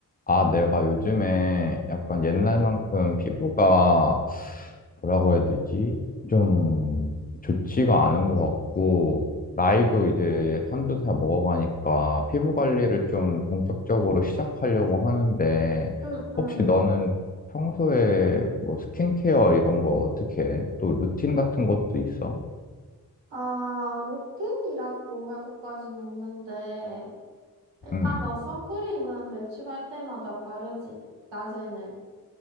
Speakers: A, on the left (about 20°); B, on the right (about 80°).
A: 아, 내가 요즘에 약간 옛날만큼 피부가 뭐라고 해야 되지? 좀 좋지가 않은 것 같고, 나이도 이제 한두 살 먹어가니까 피부 관리를 좀 본격적으로 시작하려고 하는데,
B: 응, 응.
A: 혹시 너는 평소에 뭐 스킨케어 이런 거 어떻게 해? 또 루틴 같은 것도 있어?
B: 아, 루틴이라고 할 것까진 없는데, 일단
A: 응,
B: 너 선크림은 외출할 때마다 바르지, 낮에는.